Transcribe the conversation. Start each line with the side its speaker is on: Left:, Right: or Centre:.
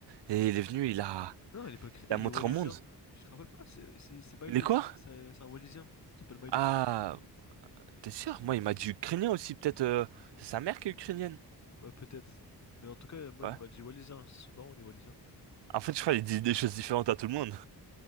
Right: Et il est venu, il a,
Left: Non, il est pas criminel,
Right: il a montré
Left: il est Wallisien.
Right: au monde.
Left: Tu te rappelles pas? C'est c'est- c'est Miley,
Right: Il est quoi?
Left: c'est c'est- c'est un Wallisien. Il s'appelle Miley.
Right: Ah, t'es sûr? Moi, il m'a dit Ukrainien aussi. Peut-être euh, c'est sa mère qui est ukrainienne.
Left: Ouais, peut-être. Mais en tout cas, moi,
Right: Ouais.
Left: il m'a dit Wallisien. C'est son daron, il est Wallisien.
Right: En fait, je crois qu'il dit des choses différentes à tout le monde.